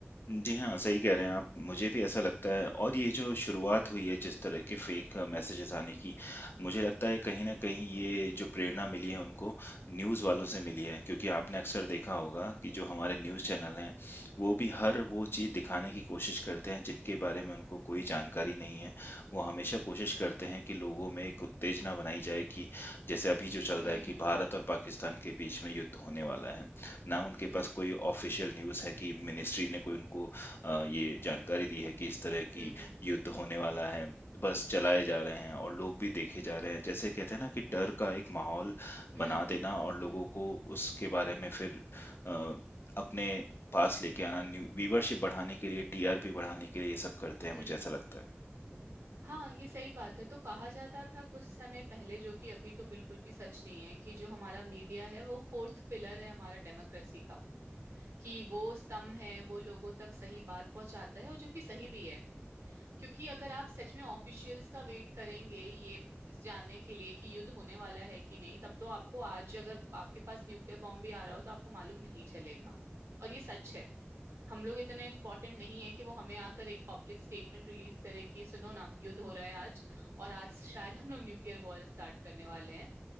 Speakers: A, on the left; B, on the right.
A: जी हाँ, सही कह रहे हैं आप। मुझे भी ऐसा लगता है और ये जो शुरुआत हुई है जिस तरह के फ़ेक मैसेजेज़ आने की, मुझे लगता है कहीं न कहीं ये जो प्रेरणा मिली है उनको न्यूज़ वालों से मिली है। क्योंकि आपने अक्सर देखा होगा कि जो हमारे न्यूज़ चैनल हैं, वो भी हर वो चीज़ दिखाने की कोशिश करते हैं जिनके बारे में उनको कोई जानकारी नहीं है। वो हमेशा कोशिश करते हैं कि लोगों में एक उत्तेजना बनाई जाए कि जैसे अभी जो चल
B: हम्म
A: रहा है कि भारत और पाकिस्तान के बीच में युद्ध होने वाला है। ना उनके
B: हम्म
A: पास कोई ऑफिशियल न्यूज़ है कि मिनिस्ट्री ने कोई उनको अ, ये जानकारी दी है कि इस तरह की
B: हम्म हम्म
A: युद्ध होने वाला है। बस चलाए जा रहे हैं और लोग भी देखे जा रहे हैं। जैसे कहते हैं ना कि डर का एक माहौल
B: हम्म
A: बना
B: हम्म
A: देना और
B: हम्म
A: लोगों
B: हम्म
A: को उसके बारे में फिर अ, अपने पास लेके आना, न्यू व्यूवरशिप बढ़ाने के लिए, टीआरपी बढ़ाने के लिए ये सब करते हैं,
B: हम्म।
A: मुझे ऐसा लगता है।
B: हाँ ये सही बात है तो कहा जाता था कुछ समय पहले जो कि अभी तो बिल्कुल भी सच नहीं है कि जो हमारा मीडिया है वो फोर्थ पिलर है हमारा डेमोक्रेसी का कि वो स्तंभ है वो लोगों तक सही बात पहुंचाता है और जो कि सही भी है क्योंकि अगर आप सच में ऑफिशियल्स का वेट करेंगे ये इस जानने के लिए कि युद्ध होने वाला है कि नहीं तब तो आपको आज अगर आपके पास न्यूक्लियर बॉम्ब भी आ रहा हो तो आपको मालूम नहीं चलेगा और ये सच है हम लोग इतने इम्पोर्टेंट नहीं है कि वो हमें आकर एक पब्लिक स्टेटमेंट रिलीज करे कि सुनो ना युद्ध हो रहा है आज और आज शायद हम लोग न्यूक्लियर वॉर स्टार्ट करने वाले हैं